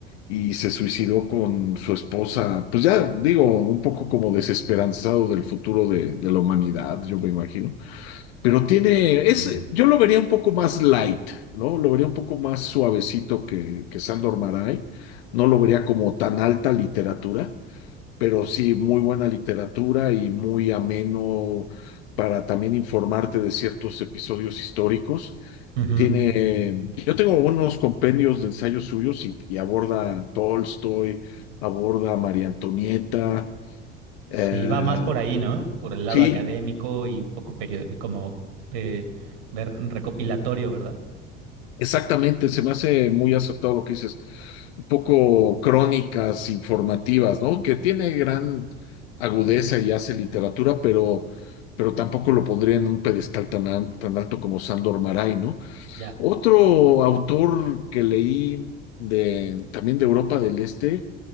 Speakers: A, on the left; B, on the right.
A: y se suicidó con su esposa. Pues ya digo, un poco como desesperanzado del futuro de, de la humanidad, yo me imagino. Pero tiene,
B: Mm.
A: es, yo lo vería un poco más light, ¿no? Lo vería un poco más suavecito que, que Sandor Maray. No lo vería como tan alta literatura pero sí, muy buena literatura y muy ameno para también informarte de ciertos episodios históricos.
B: Ujú.
A: Tiene, yo tengo unos compendios de ensayos suyos y, y aborda a Tolstoy, aborda a María Antonieta. eh,
B: Sí, va más por ahí, ¿no? Por el lado
A: sí,
B: académico y un poco perio- como de, de r- recopilatorio, ¿verdad?
A: Exactamente, se me hace muy acertado lo que dices. Un poco crónicas informativas, ¿no? Que tiene gran agudeza y hace literatura, pero, pero tampoco lo pondría en un pedestal tan, al- tan alto como Sándor Maray, ¿no?
B: Ya,
A: Otro autor que leí de, también de Europa del Este